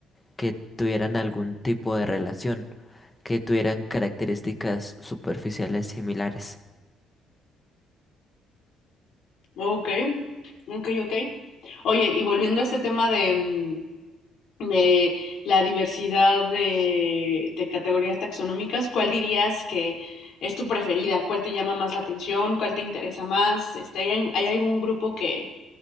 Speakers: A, on the left; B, on the left.
A: que tuvieran algún tipo de relación, que tuvieran características superficiales similares.
B: Ok, ok, ok. Oye, y volviendo a este tema de, mm, de la diversidad de, de categorías taxonómicas, ¿cuál dirías que es tu preferida? ¿Cuál te llama más la atención? ¿Cuál te interesa más? Este, ¿hay, hay algún grupo que,